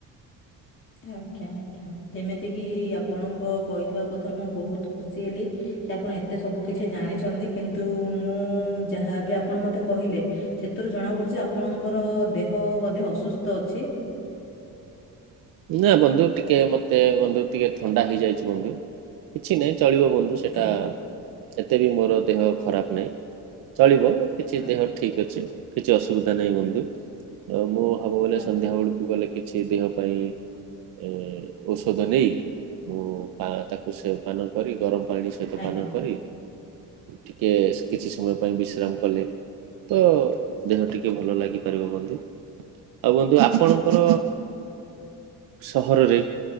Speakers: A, on the left; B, on the right.
A: ଆଜ୍ଞା ଆଜ୍ଞା ଯେମିତିକି ଆପଣଙ୍କ କହିଥିବା କଥାରୁ ମୁଁ ବହୁତ ଖୁସି ହେଲି। କି ଆପଣ ଏତେ ସବୁ କିଛି ଜାଣିଛନ୍ତି କିନ୍ତୁ ମୁଁ ଯାହାବି ଆପଣ ମତେ କହିଲେ। ସେଥିରୁ ଜଣା ପଡୁଛି ଆପଣଙ୍କର ଦେହ ବୋଧେ ଅସୁସ୍ଥ ଅଛି।
B: ନା ବନ୍ଧୁ, ଟିକେ ମତେ ବନ୍ଧୁ ଟିକେ ଥଣ୍ଡା ହେଇଯାଇଚି ବନ୍ଧୁ, କିଛି ନାହିଁ ଚଳିବ ବନ୍ଧୁ। ସେଇଟା,
A: ଆଜ୍ଞା
B: ଏତେ ବି ମୋର ଦେହ ଖରାପ ନାହିଁ, ଚଳିବ କିଛି
A: ଆ-
B: ଦେହ ଠିକ୍ ଅଛି, କିଛି ଅସୁବିଧା ନାହିଁ ବନ୍ଧୁ, ଆଉ ମୁଁ ହେବ ବଲେ
A: ଆଜ୍ଞା
B: ସନ୍ଧ୍ୟାବେଳକୁ ଗଲେ କିଛି ଦେହ ପାଇଁ ଏ ଔଷଧ ନେଇ, ମୁଁ ତାକୁ ସେ ପାନ କରି, ଗରମ ପାଣି ସେ ସହିତ
A: ଆଜ୍ଞା
B: ପାନନ କରି, ଟିକେ କିଛି ସମୟ ପାଇଁ ବିଶ୍ରାମ କଲେ ତ ଦେହ ଟିକେ ଭଲ ଲାଗିପାରିବ ବନ୍ଧୁ, ଆଉ ବନ୍ଧୁ ଆପଣଙ୍କର
A: ଆଜ୍ଞା ଆଜ୍ଞା
B: ସହରରେ,